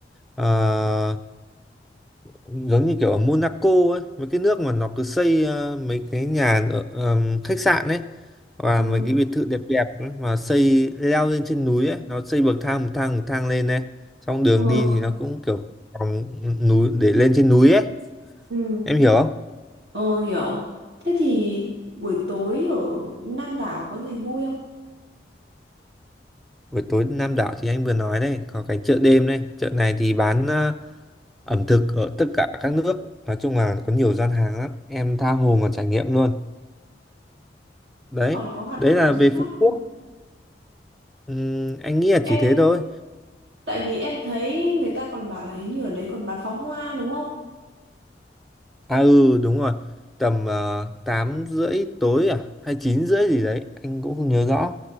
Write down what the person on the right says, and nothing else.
Ừ.
Ừ.
Ừ.
Ờ hiểu thế thì buổi tối ở Nam đảo có gì vui không?
còn có hoạt
động
gì
khác
không
em
tại vì em thấy người ta còn bảo là hình như ở đấy còn bắn pháo hoa đúng không